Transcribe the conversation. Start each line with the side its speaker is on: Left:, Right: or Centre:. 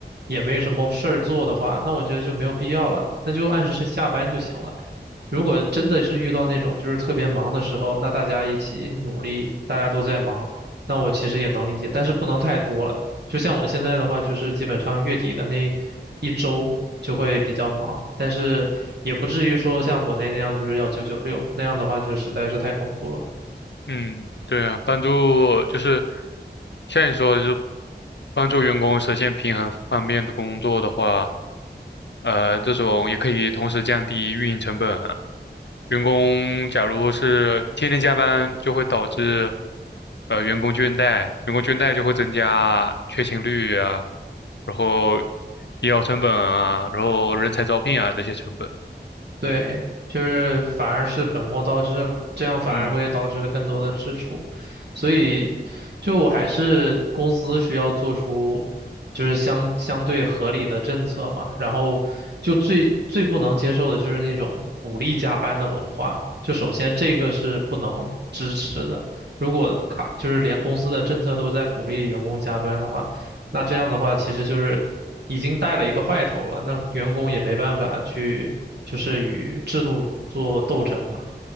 Right: 也没什么事儿做的话，那我觉得就没有必要了，那就按时下班就行了。如果真的是遇到那种就是特别忙的时候，那大家一起努力，大家都在忙，那我其实也能理解，但是不能太多了。就像我现在的话，就是基本上月底的那一周就会比较忙，但是也不至于说像国内那样就是要九九六，那样的话就实在是太恐怖了。
Left: 嗯，对啊，帮助就是像你说的，就是帮助员工实现平衡方面的工作的话，呃，这种也可以同时降低运营成本啊。员工假如是天天加班，就会导致呃员工倦怠，员工倦怠就会增加缺勤率啊，然后医疗成本啊，然后人才招聘啊这些成本。
Right: 对，就是反而是本末倒置了嘛这样反而会导致了更多的支出，
Left: 嗯。
Right: 所以就还是公司需要做出就是相相对合理的政策嘛，然后就最最不能接受的就是那种鼓励加班的文化，就首先这个是不能支持的，如果他就是连公司的政策都在鼓励员工加班的话，那这样的话其实就是已经带了一个坏头了，那员工也没办法去。就是与制度做斗争嘛。